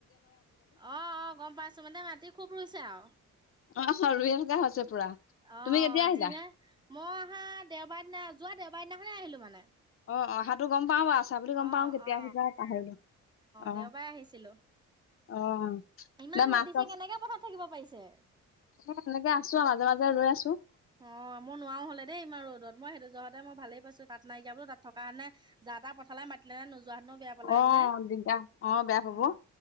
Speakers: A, on the right (about 15°); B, on the left (about 45°).
A: অ অ গম পাইছো মানে মাটি খুব ৰুইছে আৱ।
B: অ ৰুইথকা হৈছে। পুৰা
A: অ
B: তুমি কেতিয়া আহিলা
A: যিহে মই অহা দেওবাৰ দিনা যোৱা দেওবাৰ দিনাখনে আহিলো মানে
B: অ অহাটো গ'ম। পাওঁ বাও আছা বুলি গম
A: অ
B: পাওঁ কেতিয়া
A: অ
B: আহিবা পাহৰিলোঁ অ
A: দেওবাৰে আহিছিলো
B: অ।
A: ইমান
B: ন
A: ৰ'দ
B: মাছ
A: দিছে
B: চাছ
A: কেনেকে পথাত থাকিব পাৰিছে।
B: এ এনেকে আছো আৰু মাজে মাজে ৰৈ আছো।
A: অ মই নোৱাৰোও হলে দেই ইমান ৰ'দত মই সেইটো জহতে মই ভালেই পাইছো তাত নাইকিয়া বোল তাত থকাতেনে। যাটা পথালে মাতিলে হয় নো জোৱা হেতেনু বেয়া পালে হেতেন
B: অ
A: নে
B: দিগদাৰ অ বেয়া পাব
A: উম